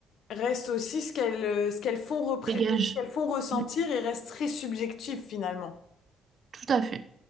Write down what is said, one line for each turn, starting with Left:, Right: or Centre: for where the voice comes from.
Left: reste aussi ce qu'elles, euh, ce qu'elles font repré-
Right: Dégage.
Left: ce qu'elles font ressentir
Right: Mm,
Left: et reste très subjectif finalement.
Right: tout à fait.